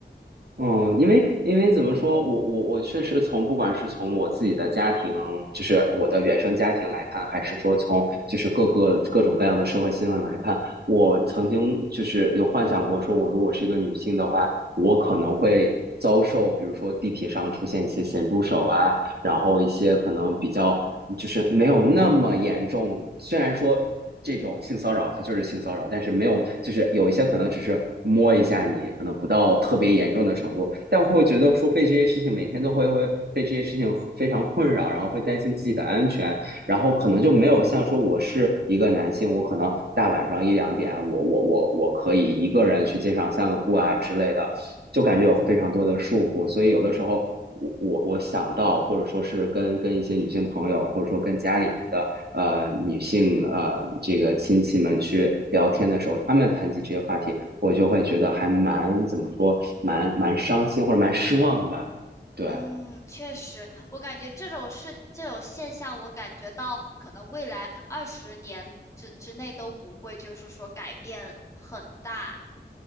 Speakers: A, on the right; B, on the left.
A: 嗯，
B: 嗯
A: 因为因为怎么说，我我我确实从不管是从我自己的家庭，就是我的原生家庭来看，还是说从就是各个各种各样的社会新闻来看，我曾经就是有幻想过，说我如果是一个女性的话，我可能会遭受，比如说地铁上出现一些咸猪手啊，然后一些可能比较就是没有那么严重，虽然说这种性骚扰它就是性骚扰，但是没有就是有一些可能只是摸一下你，可能不到特别严重的程度，但会觉得说被这些事情每天都会会被这些事情非常困扰，然后会担心自己的安全，然后可能就没有像说我是一个男性，我可能大晚上一两点，我我我我可以一个人去街上散个步啊之类的。就感觉有非常多的束缚，所以有的时候我我我想到，或者说是跟跟一些女性朋友，或者说跟家里面的呃女性呃这个亲戚们去聊天的时候，他们谈起这些话题，我就会觉得还蛮怎么说，蛮蛮伤心或者蛮失望的吧，对。
B: 嗯，确实，我感觉这种事、这种现象，我感觉到可能未来二十年之之内都不会，就是说改变很大。